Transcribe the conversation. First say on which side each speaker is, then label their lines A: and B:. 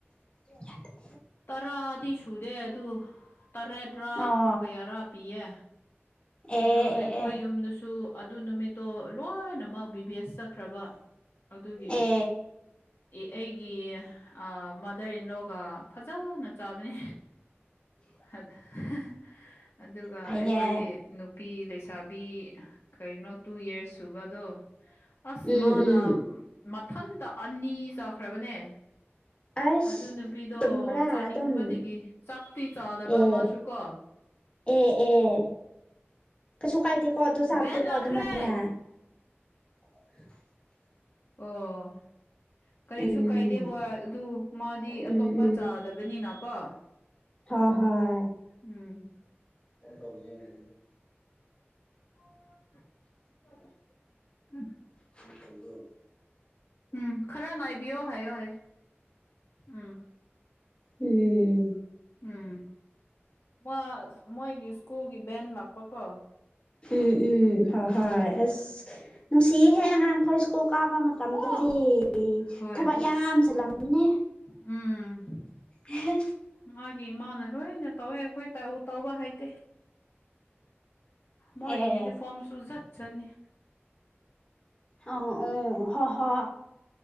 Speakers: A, on the left (about 25°); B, on the left (about 60°).
A: <inaudible>
B: ꯇꯔꯥꯗꯤ ꯁꯨꯗꯦ ꯑꯗꯨ ꯇꯔꯦꯠꯔꯥ
A: ꯑꯣ
B: ꯀꯌꯥꯔꯥ ꯄꯤꯌꯦ
A: ꯑꯦ
B: ꯑꯗꯨ ꯑꯩꯈꯣꯏ
A: ꯑꯦ ꯑꯦ
B: ꯌꯨꯝꯗꯁꯨ ꯑꯗꯨ ꯅꯨꯃꯤꯠ ꯇꯣ ꯂꯣꯏꯅꯃꯛ ꯕꯤ ꯕꯤ ꯑꯦꯁ ꯆꯠꯈ꯭ꯔꯕ ꯑꯗꯨꯒꯤ
A: ꯑꯦ
B: ꯑꯩꯒꯤ ꯃꯥꯗꯔ ꯏꯟꯂꯣꯒ ꯐꯖꯅ ꯆꯥꯕꯅꯤ ꯍꯠ ꯍ ꯑꯗꯨꯒ
A: ꯐꯩꯌꯦ
B: ꯑꯩꯈꯣꯏꯒꯤ ꯅꯨꯞ ꯅꯨꯄꯤ ꯂꯩꯁꯥꯕꯤ ꯀꯩꯅꯣ ꯇꯨ ꯌꯔꯁ ꯁꯨꯕꯗꯣ ꯑꯁ
A: ꯎꯝ
B: ꯃꯥꯅ
A: ꯎꯝ
B: ꯃꯊꯟꯇ ꯑꯅꯤ ꯆꯥꯈ꯭ꯔꯕꯅꯦ
A: ꯑꯁ
B: ꯑꯗꯨ ꯅꯨꯄꯤꯗꯣ
A: ꯇꯨꯝꯕ꯭ꯔꯥ
B: ꯆꯥꯅꯤꯡꯕꯗꯒꯤ
A: ꯑꯗꯨꯝ
B: ꯆꯥꯛꯇꯤ ꯆꯥꯗꯕ
A: ꯑꯦ
B: ꯃꯥꯁꯨ ꯀꯣ
A: ꯑꯦ ꯑꯦ ꯀꯩꯁꯨ ꯀꯥꯏꯗꯦ ꯀꯣ ꯑꯗꯨꯨ ꯆꯥꯕꯗꯨꯀꯣ
B: ꯕꯦꯟ ꯂꯥꯛꯈ꯭ꯔꯦ
A: ꯑꯗꯨ ꯃꯥꯏꯅ <inaudible>
B: ꯑꯣ ꯀꯔꯤꯁꯨ
A: ꯎꯝ
B: ꯀꯥꯏꯗꯦ ꯍꯣꯏ ꯑꯗꯨ ꯃꯥꯗꯤ
A: ꯎꯝ ꯎꯝ
B: ꯑꯇꯣꯞꯄ ꯆꯥꯗꯕꯅꯤꯅꯀꯣ
A: ꯍ ꯍꯣꯏ
B: <inaudible>
A: <inaudible>
B: <inaudible>
A: <inaudible>
B: ꯎꯝ ꯈꯔ ꯉꯥꯏꯕꯤꯌꯣ ꯍꯥꯏꯌꯣ ꯍꯥꯏ ꯎꯝ
A: ꯎꯝ
B: ꯎꯝ ꯃꯥ ꯃꯣꯏꯒꯤ ꯁ꯭ꯀꯨꯜꯒꯤ ꯕꯦꯟ ꯂꯥꯛꯄꯀꯣ
A: ꯎꯝ ꯎꯝ ꯍꯣꯏ ꯍꯣꯏ ꯑꯁ ꯅꯨꯡꯁꯤꯍꯦ ꯑꯉꯥꯡꯈꯣꯏ ꯁ ꯀꯀꯣꯛ ꯀꯥꯞꯄ ꯃꯇꯝꯗꯗꯤ ꯑꯦ
B: ꯍꯣꯏ
A: ꯊꯕꯛ ꯌꯥꯝ ꯆꯜꯂꯝꯅꯦ
B: ꯎꯝ
A: ꯑꯦꯍꯦ
B: ꯃꯥꯒꯤ ꯏꯃꯥꯅ ꯂꯣꯏꯅ ꯇꯧꯋꯦ ꯑꯩꯈꯣꯏ ꯇꯧꯕ ꯍꯥꯏꯇꯦ ꯃꯣꯏ
A: ꯑꯦ
B: ꯌꯨꯅꯤꯐꯣꯝ ꯖꯨ ꯖꯥꯠ ꯖꯥꯠꯅꯤ
A: ꯑ ꯑꯣ ꯍ ꯍ